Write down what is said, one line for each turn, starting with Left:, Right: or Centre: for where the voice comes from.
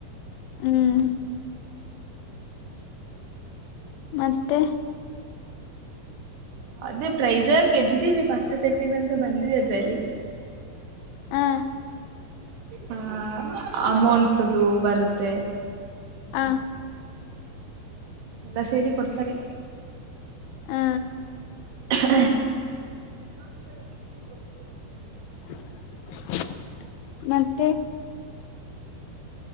Left: ಹ್ಮ್ ಮತ್ತೆ
Right: ಅದೆ ಪ್ರೈಜಾಗ್ ಗೆದ್ದಿದೀವ್ ಫಸ್ಟು ಸೆಕೆಂಡು ಅಂತ ಬಂದಿದ್ ಅದ್ರಲ್ಲಿ
Left: ಹಾ
Right: ಹಾ ಅಯಾಮೌಂಟು ದು ಬರುತ್ತೇ
Left: ಹಾ
Right: ಎಲ್ಲಾಸೇರಿ ಕೊಡ್ತಾರೆ
Left: ಹಾ
Right: <unintelligible> <inaudible>
Left: <unintelligible> ಮತ್ತೇ